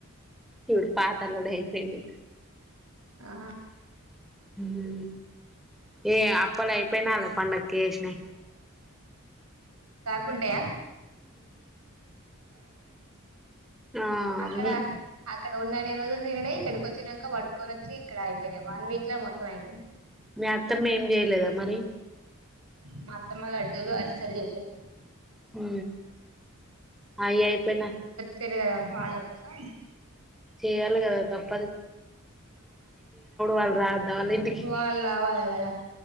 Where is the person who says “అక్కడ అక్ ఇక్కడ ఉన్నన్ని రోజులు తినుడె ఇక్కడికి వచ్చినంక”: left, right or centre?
Right